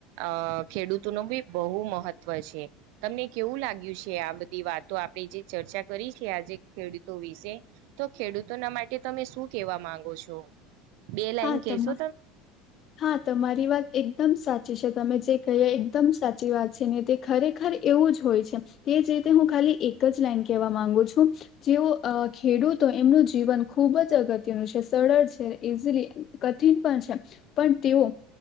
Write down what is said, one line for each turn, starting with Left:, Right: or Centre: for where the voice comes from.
Right: અ ખેડૂતો નો બી બહુ મહત્વ છે તમને કેવું લાગ્યું છે આ બધી વાતો આપણે જે ચર્ચા કરી છે આજે ખેડૂતો વિશે તો ખેડૂતોના માટે તમે શું કેવા માંગો ગો છો બે લાઈન
Left: હા તમા
Right: કેશો
Left: હા તમારી વાત એકદમ સાચી છે તમે જે કહીએ એકદમ સાચ સાચી વાત છે ને તે ખરેખર એવું જ હોય છે તે જ રીતે હું ખાલી એક જ લાઈન કેવા માંગુ છું. જેવું ખેડૂતો એમનું જીવન ખુબ જ અગત્યનું છે સરળ છે ઈઝીલી કઠિન પણ છે પણ તેઓ